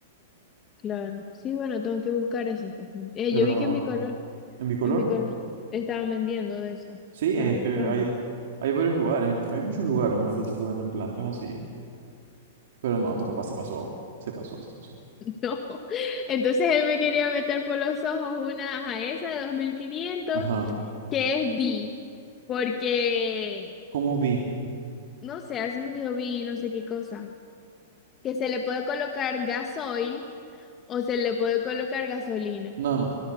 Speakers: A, on the left (about 25°); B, on the right (about 70°).
A: claro, sí, bueno, tengo que buscar eso, pues. ¿no? Eh,
B: Pero,
A: yo vi que en Bicolor,
B: ¿en bicolor?
A: en Bicolor estaban vendiendo de eso, o
B: Sí,
A: sea,
B: es
A: las
B: que
A: plantas.
B: hay,
A: <laughs>
B: hay varios lugares, hay muchos lugares, mejor dicho, que venden plantas así. Pero no, tu papá se pasó, se pasó, se pasó.
A: No, entonces él me quería meter por los ojos una, ajá, esa de dos mil quinientos
B: Ajá.
A: que es B. Porque
B: ¿Cómo vi?
A: No sé, así me dijo vi no sé qué cosa. Que se le puede colocar gasoil o se le puede colocar gasolina.
B: No, no,